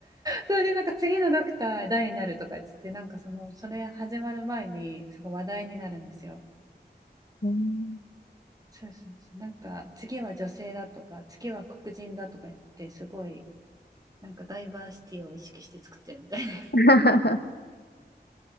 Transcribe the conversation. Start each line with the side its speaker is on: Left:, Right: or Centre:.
Right: それで、なんか次のドクター誰になるとか言ってて、なんかその、それ始まる前に、すごい話題になるんですよ。
Left: うん
Right: そうそうそう。なんか、次は女性だとか、次は黒人だとか言って、すごい、なんかダイバーシティを意識して作ってるみたいです。
Left: <laughs>